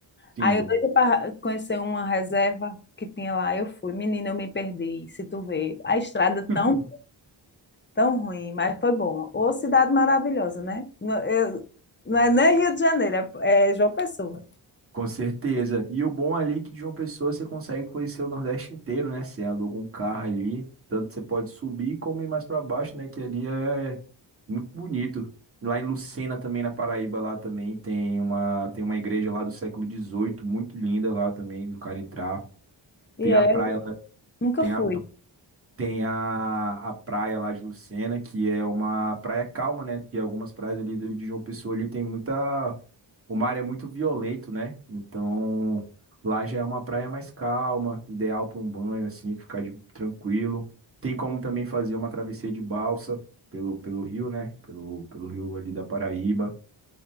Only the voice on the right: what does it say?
sim.
<laughs>
Com certeza. E o bom ali é que de uma pessoa você consegue conhecer o Nordeste inteiro, né? Você aluga um carro ali, tanto você pode subir como ir mais para baixo, né? Que ali é muito bonito. Lá em Lucena também, na Paraíba, lá também tem uma, tem uma igreja lá do século XVIII, muito linda lá também, do cara entrar.
Tem
a praia lá,
tem
a tem a, a praia lá de Lucena, que é uma praia calma, né? Tem algumas praias ali do- de João Pessoa ali, tem muita. O mar é muito violento, né? Então lá já é uma praia mais calma, ideal para um banho, assim, ficar de- tranquilo. Tem como também fazer uma travessia de balsa pelo, pelo rio, né? Pelo, pelo rio ali da Paraíba.